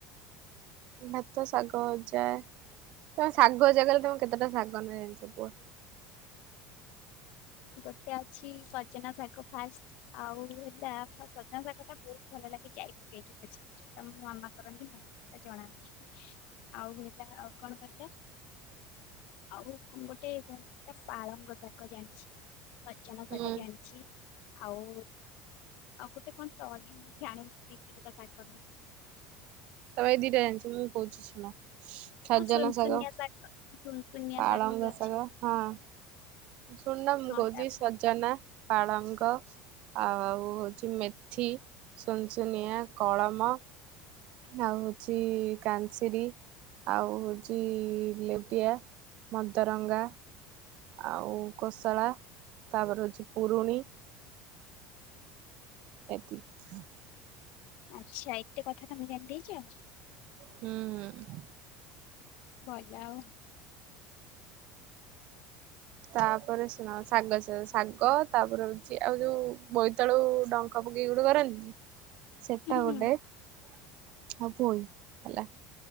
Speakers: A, on the right; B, on the left.
A: ଭାତ ଶାଗ ଭଜା। ତମେ ଶାଗ ଜାଗାରେ, ତମେ କେତେଟା ଶାଗ ନା ଜା ଣିଛ କୁହ?
B: ଗୋଟେ ଅଛି ସଜନା ଶାଗ ଫାଷ୍ଟ। ଆଉ ହେଲା ସଜନା ଶାଗ ଟା ବହୁତ ଭଲ ଲାଗେ ଯାଇ ପକେଇକି ବଜିି ଯୋଉଟା ମୋ ମାମା କରନ୍ତି ମତଟା ଜଣାନ୍ତିି ଆଉ ହେଲା ଆଉ କଣ କରିବା?
A: ହ। <inaudible>
B: ଆଉ ଗୋଟେ ସେଟା ପାଳଙ୍ଗ ଶାଗ। ଶାଗ ଜାଣିଛି, ସଜନା
A: ହୁଁ
B: ଶାଗ ଜାଣିଛି ଆଉ ଆଉ ଗୋଟେ କଣ ତଣି ଛାଣି କି କର
A: ତ ଏ ଦିଟା ଜାଣିଛ, ମୁଁ କହୁଛି ଶୁଣ? ସଜନା
B: ଆଉ ସୁନସୁନିଆ
A: ଶାଗ,
B: ସୁନସୁନିଆ
A: ପାଳଙ୍ଗ
B: ଶାଗ ବି ଅଛି
A: ଶାଗ, ହଁ। ଶୁଣୁନ ମୁଁ
B: ହଁ
A: କହୁଚି
B: ତା
A: -ସଜନା, ପାଳଙ୍ଗ ଆଉ ହଉଚି ମେଥି, ସୁନସୁନିଆ, କଳମ ଆଉ ହଉଚି କାନସିର ଆଉ ହଉଚି ଲେଉଟିଆ, ମଦରଙ୍ଗା ଆଉ କୋଶଳା ତାପରେ ହଉଚି ପୁରୁଣି ଏତିକି।
B: ଆଚ୍ଛା, ଏତେ କଥା ତମେ ଜଣି ଦେଇଚ?
A: ହୁଁ ହୁଁ।
B: ଭଲ ଆଉ
A: ତାପରେ ଶୁଣ ଶାଗ, ଶାଗ ତାପରେ ହଉଛି ଆଉ ଯୋଉ ବୋଇତାଳୁ ଡଙ୍କ ପକେଇ ଗୋଟେ କରନ୍ତିନି। ସେଟା
B: ହୁଁ ହୁଁ
A: ଗୋଟେ ଆଉ ପୋଇ ହେଲା।